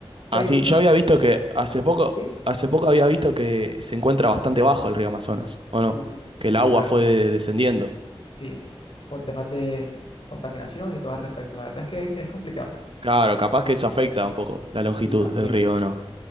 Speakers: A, on the left; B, on the right.
A: Seguimos,
B: Así,
A: seguimos.
B: yo había visto que hace poco,
A: ¿Sí?
B: hace poco había visto que se encuentra bastante bajo el río Amazonas, ¿o no?
A: Sí, sí,
B: Que el
A: sí,
B: agua
A: la verdad
B: fue
A: es que
B: descendiendo.
A: sí. Sí, por temas de contaminación y todo al respecto. La verdad es que es, es complicado.
B: Claro, capaz que eso afecta un poco la longitud
A: Sí, también.
B: del río, ¿o no?